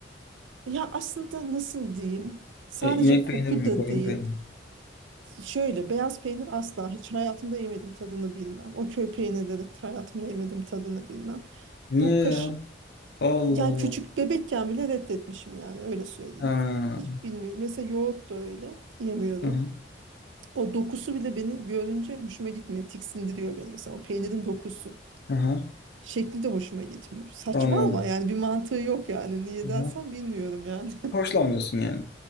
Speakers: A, on the right; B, on the left.
A: Ya aslında nasıl diyeyim? Sadece
B: E, inek
A: koku
B: peyniri mi
A: da
B: koyun
A: değil.
B: peyniri? mi?
A: Şöyle beyaz peynir asla hiç hayatımda yemedim tadını bilmem. O köy peynirleri hayatımda yemedim tadını bilmem.
B: Niye
A: Bu kaş
B: ya? Allah
A: Yani
B: Allah.
A: küçük bebekken bile reddetmişim yani öyle söyleyeyim.
B: Ha.
A: Hiç bilmiyorum. Mesela yoğurt da öyle yemiyorum.
B: Hı hı.
A: O dokusu bile beni görünce hoşuma gitmiyor. Tiksindiriyor beni mesela o peynirin dokusu.
B: Hı
A: Şekli de hoşuma gitmiyor. Saçma
B: Anladım.
A: ama yani bir mantığı yok yani. Niye
B: Hı
A: dersen
B: hı.
A: bilmiyorum yani. <laughs>
B: Hoşlanmıyorsun yani.